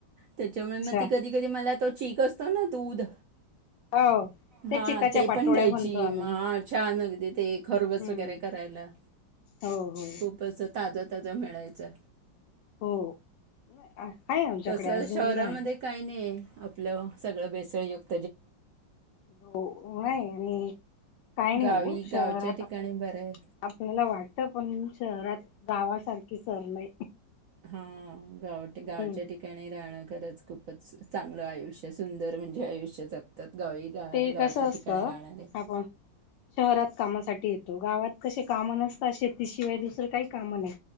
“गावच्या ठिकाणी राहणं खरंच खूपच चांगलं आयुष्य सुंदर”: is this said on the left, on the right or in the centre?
Right